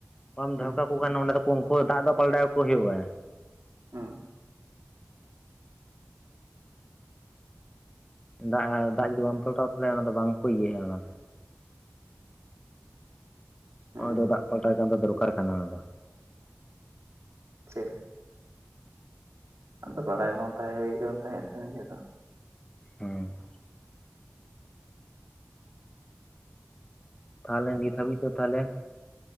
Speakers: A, on the left (about 15°); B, on the right (about 65°).
A: ᱠᱚᱢ
B: ᱦᱩᱸ
A: ᱫᱚᱦᱚ ᱾ ᱩᱠᱩ ᱠᱷᱟᱱ ᱚᱸᱰᱮ ᱫᱚᱠᱚ ᱩᱱᱠᱩ ᱫᱟᱜ ᱫᱚ ᱯᱟᱞᱴᱟᱣ ᱟᱠ ᱠᱚ ᱦᱩᱭᱩᱜᱼᱟ ᱾
B: ᱦᱩᱸᱻ ᱾
A: ᱫᱟᱜ ᱫᱟᱜ ᱡᱩᱫᱤ ᱵᱟᱢ ᱯᱟᱞᱴᱟᱣ ᱛᱟᱦᱚᱞᱮ ᱚᱱᱟ ᱫᱚ ᱵᱟᱝᱠᱚ ᱤᱭᱟᱹᱜᱼᱟ ᱚᱱᱟ ᱫᱚ ᱾
B: ᱦᱩᱸ
A: ᱟᱫᱚ ᱫᱟᱜ ᱯᱟᱞᱴᱟᱣ ᱠᱟᱱ ᱫᱚ ᱫᱚᱨᱠᱟᱨ ᱠᱟᱱᱟ ᱚᱫᱚ᱾
B: ᱥᱮ ᱟᱫᱚ ᱵᱟᱲᱟᱭ ᱵᱟᱝ ᱛᱟᱦᱮᱸ ᱦᱩᱭ ᱠᱟᱱ ᱛᱟᱦᱮᱸᱜ ᱥᱮ ᱱᱤᱡᱮ ᱫᱚ᱾
A: ᱦᱩᱸ᱾ ᱛᱟᱦᱚᱞᱮ ᱱᱤᱛ ᱦᱟᱹᱵᱤᱡ ᱫᱚ ᱛᱟᱦᱚᱞᱮ